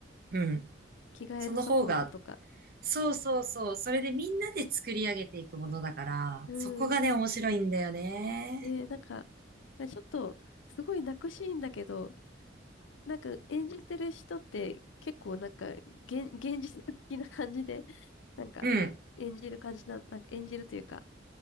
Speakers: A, on the right; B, on the left.
A: うん。
B: 着替えのサポートとか、
A: その方が、そうそうそう。それでみんなで作り上げていくものだから、
B: うん、
A: そこがね、面白いんだよね。
B: ねえ、なんか、ちょっと、すごい泣くシーンだけど、なんか演じてる人って結構なんか、現、現実的な感じで、なんか、
A: うん。
B: 演じる感じな、なんか演じるというか、